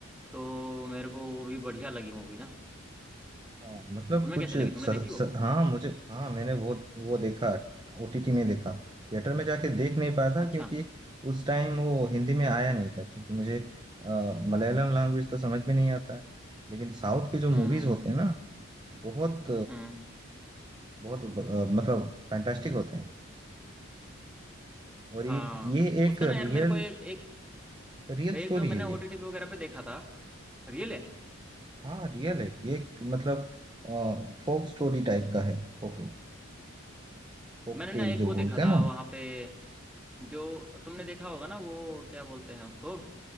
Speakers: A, in the centre; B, on the right.
A: तो मेरे को वो भी बढ़िया लगी मूवी ना
B: हाँ मतलब
A: तुम्हें
B: कुछ
A: कैसे लगी
B: स,
A: तुमने
B: स,
A: देखी वो
B: हाँ मुझे हाँ मैंने वो वो देखा ओटीटी में देखा थिएटर में जाके देख नहीं पाया था
A: अच्छा
B: क्योंकि उस टाइम वो हिंदी में आया नहीं था क्योंकि मुझे अ, मलयालम लैंग्वेज तो समझ में नहीं आता है लेकिन साउथ के जो मूवीज
A: हम्म
B: होते हैं ना बहुत
A: हम्म
B: बहुत अ, मतलब फैंटास्टिक होते हैं और
A: हाँ
B: ये ये एक
A: उसका ना
B: रियल
A: यार मेरे को एक एक,
B: रियल
A: एक
B: स्टोरी
A: मैंने
B: है ये
A: ओटीटी वगैरह पे देखा था रियल है
B: हाँ रियल है ये एक मतलब फोक स्टोरी टाइप का है फोक फोक
A: मैंने
B: टेल
A: ना एक
B: जो
A: वो देखा
B: बोलते
A: था
B: हैं ना
A: वहां पे जो तुमने देखा होगा ना वो क्या बोलते हैं उसको